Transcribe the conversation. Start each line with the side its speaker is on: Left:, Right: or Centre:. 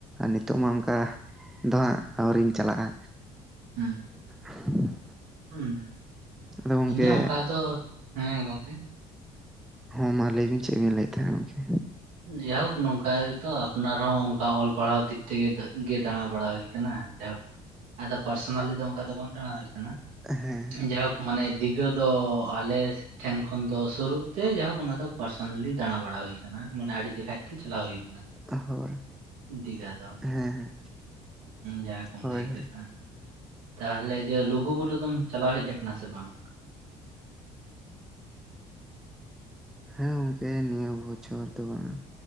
Centre: ᱱᱤᱛᱚᱜ ᱢᱟ ᱚᱱᱠᱟ ᱫᱚ ᱫᱟᱸᱜ ᱟᱣᱟᱨᱤᱧ ᱪᱟᱞᱟᱜᱼᱟ
Right: ᱦᱩᱸ
Centre: <inaudible>
Right: ᱦᱩᱸ
Centre: ᱟᱫᱚ ᱜᱚᱢᱠᱮ
Right: ᱤᱧᱟᱹᱜ ᱚᱱᱠᱟ ᱫᱚ ᱦᱮᱸ ᱜᱚᱝᱠᱮ
Centre: ᱦᱚᱸ ᱢᱟ ᱞᱟᱹᱭ ᱵᱤᱱ ᱪᱮᱫ ᱵᱤᱱ ᱞᱟᱹᱭᱮᱫ ᱛᱟᱦᱮᱱᱟ ᱜᱚᱢᱠᱮ
Right: ᱡᱟᱦᱳᱠ ᱱᱚᱝᱠᱟ ᱜᱮᱛᱚ ᱟᱯᱱᱟᱨ ᱦᱚᱸ ᱚᱱᱠᱟ ᱚᱞ ᱯᱟᱲᱦᱟᱣ ᱫᱤᱠ ᱛᱷᱮᱠᱮ ᱜᱮ ᱫᱟᱬᱟ ᱵᱟᱲᱟ ᱦᱩᱭ ᱠᱟᱱᱟ ᱡᱟᱭᱦᱳᱠ ᱟᱫᱚ ᱯᱟᱨᱥᱚᱱᱟᱞᱤ ᱫᱚ ᱚᱱᱠᱟ ᱫᱚ ᱵᱟᱝ ᱫᱟᱬᱟ ᱦᱩᱭ ᱟᱠᱟᱱᱟ
Centre: ᱦᱮᱸ
Right: ᱡᱟᱭᱦᱳᱠ ᱢᱟᱱᱮ ᱫᱤᱜᱷᱟᱹ ᱫᱚ ᱟᱞᱮ ᱴᱷᱮᱱ ᱠᱷᱚᱱ ᱫᱚ ᱥᱩᱨᱩᱜ ᱛᱮ ᱡᱟᱭᱦᱳᱠ ᱚᱱᱟ ᱫᱚ ᱯᱟᱨᱥᱚᱱᱟᱞᱤ ᱫᱟᱬᱟ ᱵᱟᱲᱟ ᱦᱩᱭ ᱟᱠᱟᱱᱟ ᱢᱟᱱᱮ ᱟᱹᱰᱤ ᱡᱟᱠᱷᱟᱡ ᱜᱮ ᱪᱟᱞᱟᱣ ᱦᱩᱭ ᱠᱟᱱᱟ
Centre: ᱦᱳᱭ
Right: ᱾
Centre: ᱦᱮᱸ
Right: <inaudible> ᱫᱤᱜᱷᱟ ᱫᱚ
Centre: ᱦᱮᱸ
Right: ᱡᱟᱦᱟᱸ ᱠᱚᱢ
Centre: ᱦᱳᱭ
Right: ᱞᱟᱹᱭ
Centre: ᱦᱳᱭ
Right: ᱠᱮᱫᱟ ᱛᱟᱦᱚᱞᱮ ᱡᱮ ᱞᱩᱜᱩ ᱵᱩᱨᱩ ᱫᱚᱢ ᱪᱟᱞᱟᱣ ᱦᱮᱡ ᱠᱟᱱᱟ ᱥᱮ ᱵᱟᱝ?
Centre: ᱦᱮᱸ ᱜᱚᱝᱠᱮ ᱱᱤᱭᱟᱹ ᱵᱚᱪᱷᱚᱨ ᱫᱚ ᱵᱟᱝᱼᱟ